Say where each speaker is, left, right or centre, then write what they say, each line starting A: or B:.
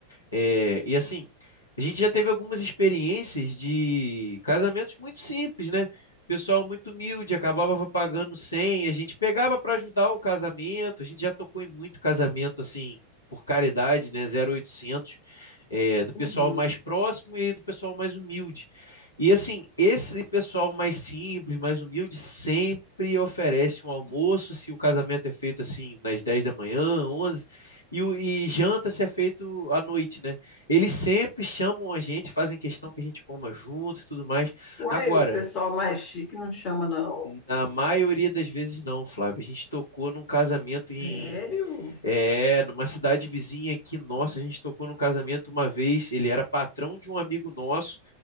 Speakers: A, on the left (about 75°); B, on the left (about 35°).
A: É, e assim, a gente já teve algumas experiências de casamentos muito simples, né? Pessoal muito humilde, acabava pagando 100, a gente pegava para ajudar o casamento, a gente já tocou em muito casamento assim, por caridade, né? Zero oitocentos é, do pessoal
B: Uhum.
A: mais próximo e do pessoal mais humilde. E assim, esse pessoal mais simples, mais humilde, sempre oferece um almoço, se o casamento é feito assim, nas 10 da manhã, onze e, o- e janta se é feito à noite, né? Eles sempre chamam a gente, fazem questão que a gente coma junto e tudo mais.
B: Uai,
A: Agora,
B: o pessoal mais chique não chama, não.
A: na maioria das vezes não, Flávio. A gente tocou num casamento em
B: Sério?
A: é, numa cidade vizinha aqui, nossa, a gente tocou num casamento uma vez, ele era patrão de um amigo nosso,